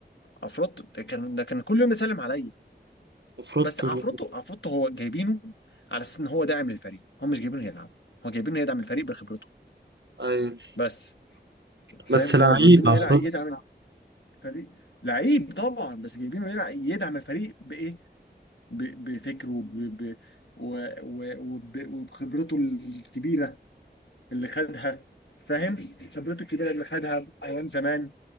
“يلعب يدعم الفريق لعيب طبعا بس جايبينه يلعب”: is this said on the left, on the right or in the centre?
Left